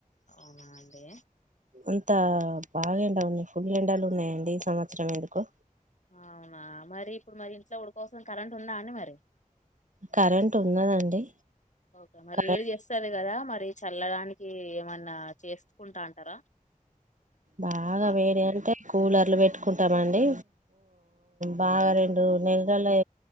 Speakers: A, on the left (about 55°); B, on the right (about 60°).
A: అవునా అండి
B: అంత బాగా ఎండ ఉంది ఫుల్ ఎండలు ఉన్నాయండి ఈ సంవత్సరం ఎందుకొ
A: అవునా మరి ఇప్పుడు మరి ఇంట్లో ఉడుకొస్తున్ కరెంట్ ఉందా అండి మరి
B: కరెంట్ ఉన్నదండి
A: ఓకే మరి
B: కరెంట్
A: వేడి చేస్టాంది కదా మరి చల్లదానికి ఏమన్నా చేసుకుంటా అంటారా
B: బాగా
A: ఆ,
B: వేడి అంటె కూలర్లు పెట్టుకుంటామండి బాగా రెండు నెలలు